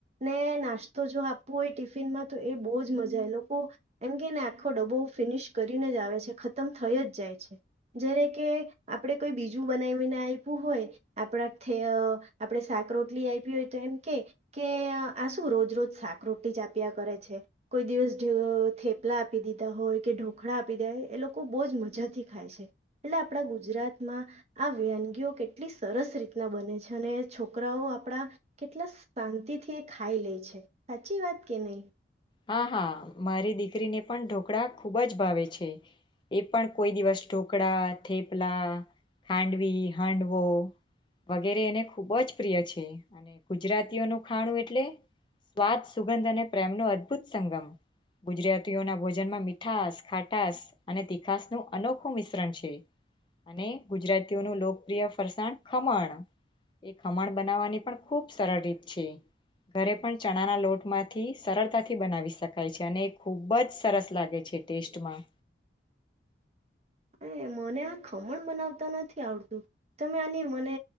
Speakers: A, on the right; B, on the left.
A: ને નાસ્તો જો આપવો હોય ટિફિનમાં તો એ બો જ મજા એ લોકો એમ કેને આખો ડબો ફિનિશ કરીને જ આવે છે. ખતમ થઈ જ જાય છે જ્યારે કે આપણે કોઈ બીજું બનાવીને આપ્યું હોય આપણા આપણે થે શાક રોટલી આયપી હોય તો એમ કે કે આ શું રોજ રોજ શાક રોટલી જ આપ્યા કરે છે. કોઈ દિવસ થેપલા આપી દીધા હોય કે ઢોકળા આપી દે હોય એ લોકો બો જ મજાથી ખાય છે. એટલે આપણા ગુજરાતમાં આ વનગીઓ કેટલી સરસ રીતના બને છે. અને છોકરાઓ આપણા કેટલા શાંતિથી એ ખાઈ લે છે સાચી વાત કે નહીં.
B: હા હા મારી દીકરીને પણ ઢોકળા ખૂબ જ ભાવે છે. એ પણ કોઈ દિવસ ઢોકળા થેપલા ખાંડવી હાંડવો વગેરે એને ખૂબ જ પ્રિય છે અને ગુજરાતીઓનું ખાણું એટલે સ્વાદ સુગંધ અને પ્રેમનું અદ ભૂત સંગમ ગુજરાતીઓના ભોજનમાં મીઠાસ ખાટાસ અને તીખાસનું અનોખું મિશ્રણ છે અને ગુજરાતીઓનું લોકપ્રિય ફરસાણ ખમણ એ ખમણ બનાવવાની પણ ખૂબ સરળ રીત છે ઘરે પણ ચણાના લોટમાંથી સરળતા થી બનાવી શકાય છે અને ખૂબ જ સરસ લાગે છે ટેસ્ટમાં.
A: અ મને આ ખમણ બનાવતા નથી આવતું તમે આની મને